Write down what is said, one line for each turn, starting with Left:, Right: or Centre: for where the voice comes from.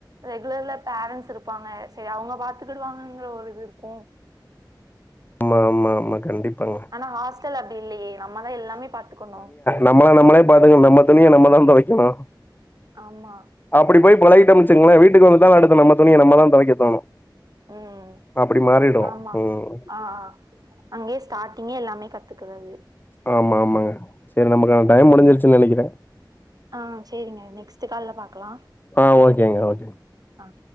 Right: ரெகுலர்ல பேரண்ட்ஸ் இருப்பாங்க செரி அவங்க பாத்துக்கிடுவாங்கங்கிற ஒரு இது இருக்கு
Left: ஆமா ஆமா ஆமா கண்டிப்பாங்க
Right: ஆனா ஹாஸ்டல் அப்டி இல்லையே நம்ம தா எல்லாமே பாத்துக்கணு
Left: நம்மள நமளே பாத்துக்கணு நம்ம துணிய நம்மதா துவைக்கணு
Right: ஆமா
Left: அப்படி போய் பழகிட்டோ வச்சுக்கங்களே வீட்டுக்கு வந்துடாலு அடுத்து நம்ம துணிய நம்ம தா தொவைக்க தோணு
Right: ம்
Left: அப்டி மாறிடு
Right: ஆமா
Left: ம்
Right: ஆ ஆ அங்கேயே ஸ்டார்ட்டிங்கே எல்லாமே கத்துக்கிறது
Left: ஆமா ஆமாங்க சேரி நமக்கான டைம் முடிஞ்சிருச்சுனு நெனைக்கிறே
Right: ஆ சேரிங்க நெக்ஸ்ட்டு கால்ல பாக்கலா
Left: ஆ ஓகேங்க ஓகே
Right: ஆ